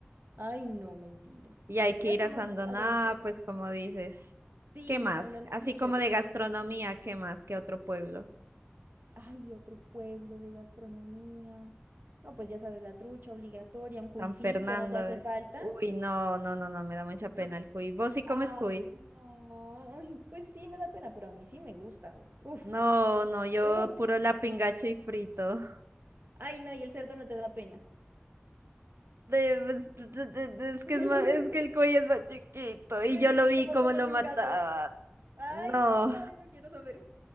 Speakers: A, on the right; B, on the right.
A: Ay, no, mentira.
B: Y hay que
A: Ya
B: ir
A: somos
B: a Sandoná,
A: adultos.
B: pues como dices.
A: Sí,
B: ¿Qué más?
A: Sandona
B: Así
A: es muy chévere.
B: como de gastronomía, ¿qué más? ¿Qué otro pueblo?
A: Ay, otro pueblo de gastronomía. No, pues ya sabes, la trucha obligatoria, un cuisito,
B: San Fernando.
A: ¿no te hace
B: es-
A: falta?
B: Uy, no, no, no, no, me da mucha pena
A: ¿No
B: el cuy. ¿Vos sí
A: Ay,
B: comes cuy?
A: no. Ay, pues sí, me da pena, pero a mí sí me gusta. Uf,
B: No, no, yo
A: uf.
B: puro lapingacho y frito. <laughs>
A: Ay, no, y el cerdo no te da pena.
B: De- pues, de- de- de- Es que
A: <laughs>
B: es más, es que el cuy es más chiquito y
A: Sí,
B: yo lo
A: es
B: vi
A: como
B: cómo
A: comerse
B: lo mataban.
A: un gato. Ay,
B: No,
A: no, yo no quiero saber,